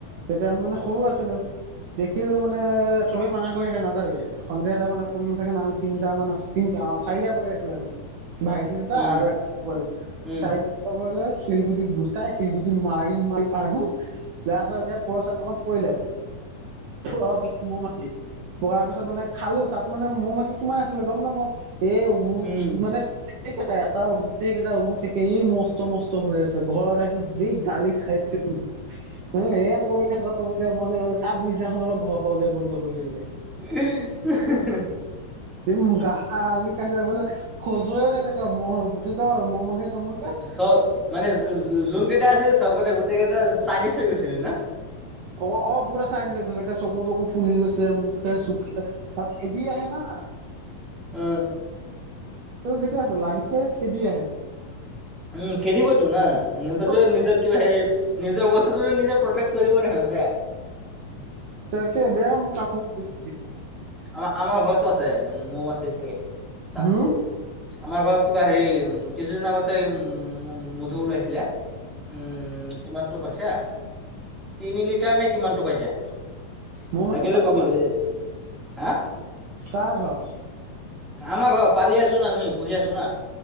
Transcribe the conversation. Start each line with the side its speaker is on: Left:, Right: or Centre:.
Right: তেতিয়া আমি মানে সৰু আছিলোঁ দেখিলো মানে চবে মানা কৰি থাকে নাযাবি এতিয়া। সন্ধিয়া টাইমত মানে কোনো নাথাকে ন আমি তিনিটা মান তিনি চাৰিটা পোৱালি আছিলোঁ আমি। ভাইটি দুটা
Centre: উম
Right: আৰু এটা পোৱালি,
Centre: উম
Right: চাই লগ হৈ লৈ শিলগুটি গোটাই শিলগুটি মাৰি মাৰি পাৰোঁ। তাৰপিছত এনেকে <unintelligible> পৰিলে অ কিন্তু মো মাখি। পৰা পিছত মানে খালো। তাত মানে মৌ মাখি সোমাই আছিলে গম নাপাওঁ এ উঠ
Centre: উম
Right: মানে গোটেই কেইটা এটা গোটেই কেইটা উঠ একে এই মস্ত মস্ত হৈ আছে ঘৰত আহি যি গালি খাইছোঁ। অ' এয়া কৰি থাক বোলে মানে তাৰ পিছদিনাখনৰ পৰা ঘৰপৰা ওলোৱা বন্ধ কৰি থৈ দিলে।
Centre: <unintelligible>
Right: উম গালি খাইছে মানে খজুৱাইও থাকে <unintelligible> কি কয় মাখিয়ে কামুৰিলে
Centre: ওচ মানে যো যোন কেইটা আছিল চবতে গোটেই কেইটা চাইনিজ হৈ গৈছিলে না
Right: অ অ পুৰা চাইনিচ হৈ গ' ল। একে চকু তকু ফুলি গৈছে, মুখে চুখে খেদি আহে না।
Centre: আহ
Right: ত ঠিকে আছে লাগিলেই খেদি আহে।
Centre: উম খেদিবইতো না সিহঁতটোৱে
Right: ক'ত
Centre: নিজৰ কিবা হেৰি নিজৰ বস্তুটোতো নিজে প্ৰটেক্ট কৰিবই সিহঁতে।
Right: তাকে বেয়া কামুৰ।
Centre: আমা আমাৰ ঘৰটো আছে মৌ মাখিৰ সেই চাকটো।
Right: হুম
Centre: আমাৰ ঘৰত কিবা হেৰি কিছুদিন আগতে উম মধু ওলাইছিলে। উম' কিমানতটো পাইছা তিনি লিটাৰ নে কিমান টো পাইছা
Right: মৌ-মাখি
Centre: লাগিলে
Right: চাকপা
Centre: কবি লৈ যাবি। হা
Right: কাৰ ঘৰ?
Centre: আমাৰ ঘৰৰত পালি আছোঁ না আমি, পুঢ়ি আছো না।